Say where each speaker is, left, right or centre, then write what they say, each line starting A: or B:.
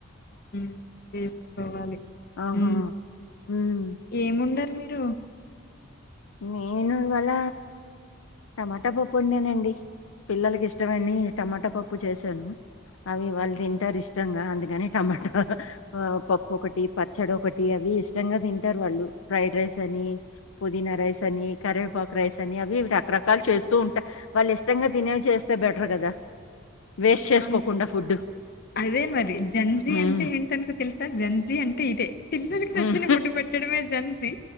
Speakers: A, on the left; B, on the left.
A: హ్ వేసుకోవాలి
B: ఆహా
A: హ్
B: హ్మ్
A: ఏమ్ వండారు మీరు
B: నేను ఇవాళ టమాటా పప్పు వండానండి పిల్లలకి ఇష్టమని టమాటా పప్పు చేశాను అవి వాళ్ళు తింటారు ఇష్టంగా అందుకని టమాటా హ హ పప్పు ఒకటి పచ్చడి ఒకటి అవి ఇష్టంగా తింటారు వాళ్ళు ఫ్రైడ్ రైస్ అని పొదీనా రైస్ అని కరేపాకు రైస్ అని అవి రకరకాలు చేస్తూ ఉంటా వాళ్ళు ఇష్టంగా తినేవి చేస్తే బెటర్ కదా వేస్ట్ చేసుకోకుండా
A: అన్
B: ఫుడ్
A: అదే మరి జెన్జి
B: హ్మ్
A: అంటే ఏంటంటే తెలుసా జెన్జి అంటే ఇదే పిల్లలకి
B: హ్మ్
A: నచ్చిన ఫుడ్డు పెట్టడమే జెన్జి